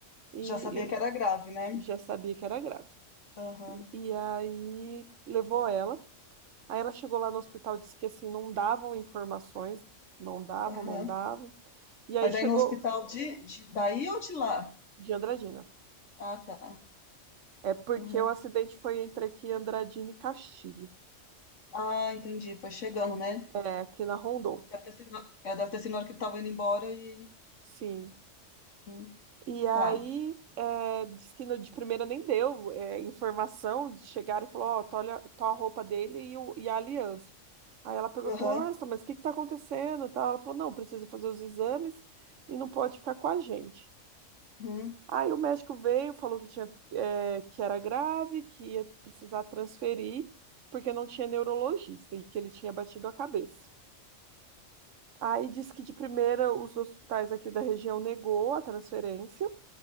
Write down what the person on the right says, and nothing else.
E,
e
já sabia que era grave.
E, e aí levou ela. Aí ela chegou lá no hospital, disse que assim, não davam informações, não davam,
não davam. E aí
chegou
de Andradina.
É porque
o acidente foi entre aqui Andradina e Castilho,
é, aqui na Rondon.
Sim.
E aí,
é, diz que no, de primeira nem deu é, informação, chegaram e falou, ó, tá olha, tá a roupa dele e, o, e a aliança. Aí ela pegou
e falou, nossa, mas o que que tá acontecendo? e tal. Ela falou, não, precisa fazer os exames e não pode ficar com a gente.
Aí o médico veio, falou que tinha, é, que era grave, que ia precisar transferir, porque não tinha neurologista e que ele tinha batido a cabeça. Aí disse que de primeira os hospitais aqui da região negou a transferência.